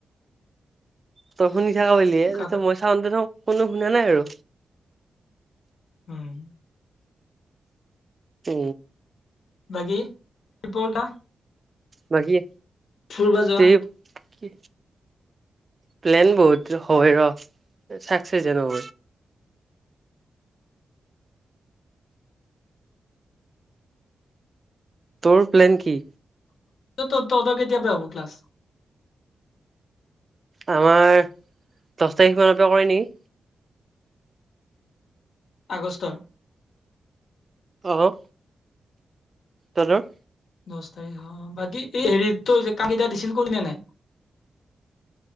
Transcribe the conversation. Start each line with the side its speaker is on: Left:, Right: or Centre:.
Right: তই শুনি থাক বিয়
Left: কাটা
Right: মই চাওঁ দে কোনো শুনা নাই। আৰু
Left: হয়।
Right: অ।
Left: বাকি ৰিপৰ্টা।
Right: বাকি
Left: ফুৰিব যোৱা
Right: তে। কি প্লেন বহুত হয় ৰ চাকচেচ জানো ম। তোৰ প্লেন কি?
Left: তহঁতৰ কেতিয়া পা হ'ব ক্লাছ।
Right: আমাৰ দহ তাৰিখ মানৰ পৰা কৰে নেকি,
Left: আগষ্টৰ।
Right: অ' তহঁতৰ
Left: দছ তাৰিখ অ' বাকী, এই হেৰি তো কামকেইটা দিছিল কৰিলি নে নাই।